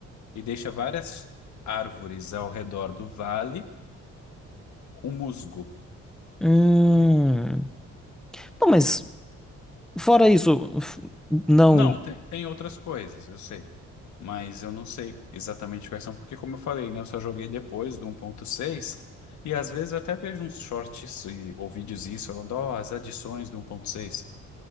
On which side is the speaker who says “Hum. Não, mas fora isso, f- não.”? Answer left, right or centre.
Centre